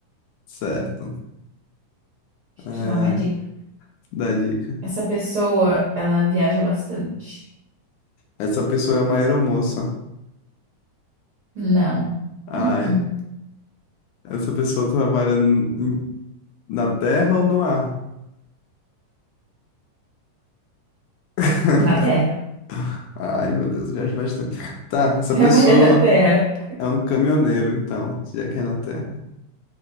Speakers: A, on the left (about 75°); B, on the right (about 80°).
A: Certo. É,
B: eu te dar uma dica.
A: dá dica.
B: Essa pessoa, ela viaja bastante.
A: Essa pessoa é uma aeromoça.
B: Não.
A: Ai.
B: Hum, hum.
A: Essa pessoa trabalha n- em- na terra ou no ar? <laughs>
B: Na Terra.
A: Ai, meu Deus, viajo bastante. Tá,
B: <laughs>
A: essa
B: Trabalha
A: pessoa
B: na Terra.
A: é um caminhoneiro, então, já que é na terra.